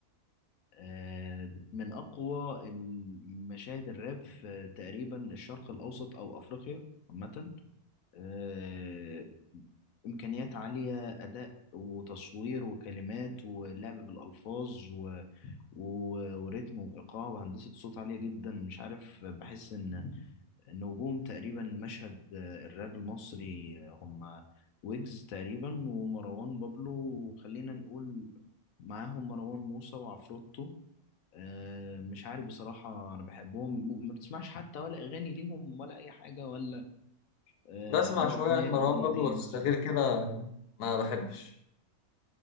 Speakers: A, on the left; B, on the left.
A: آه، من اقوى المشاهد الراب في تقريبا الشرق الاوسط او افريقيا عامه آه، امكانيات عاليه اداء وتصوير وكلمات ولعب بالالفاظ و... و... وريتم وايقاع وهندسه صوت عاليه جدا مش عارف بحس ان النجوم تقريبا المشهد آه، الراب المصري آه، هم ويجز تقريبا ومروان بابلو وخلينا نقول معاهم مروان موسى وعفروتو آه، مش عارف بصراحة أنا بحبهم م- ما بتسمعش حتى ولا أغاني ليهم ولا أي حاجة ولا آه،
B: بسمع
A: اللي هو
B: شويه
A: أغنية
B: لمروان
A: أغنيتين
B: بابلو بس
A: مثلا
B: غير كده ما بحبش